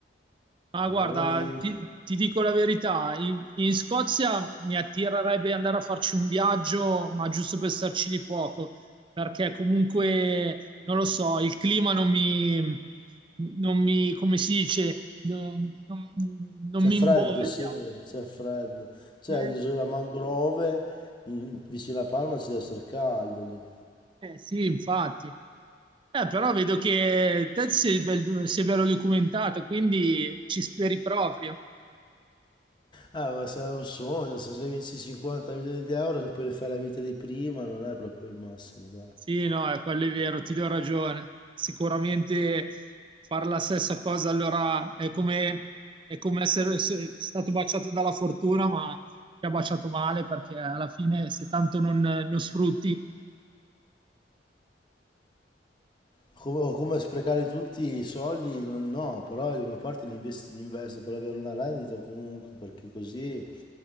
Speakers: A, on the right; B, on the left.
A: Ah, guarda,
B: ma magari
A: ti, ti dico la verità, in, in Scozia mi attirerebbe andare a farci un viaggio, ma giusto per starci lì poco, perché comunque, non lo so, il clima non mi, non mi, come si dice, non, non- non
B: c'è
A: mi
B: freddo,
A: imboglia.
B: sì, c'è freddo. C'è
A: Eh,
B: l'isola Mangrove, in- vicino a Palma ci deve essere caldo lì.
A: eh, sì, infatti. Eh, però vedo che te sei, bel- sei bello documentato, quindi ci speri proprio.
B: Eh, ma se è un sogno, se se vinci 50 milioni di euro, se poi le fai la vita di prima, non è proprio il massimo, dai.
A: Sì, no, eh, quello è vero, ti do ragione. Sicuramente fare la stessa cosa allora è come, è come essere se- stato baciato dalla fortuna, ma ti ha baciato male perché alla fine se tanto non, non sfrutti,
B: Come, o come sprecare tutti i soldi, non- no, però di una parte li, investi- li investo per avere una rendita comunque, perché così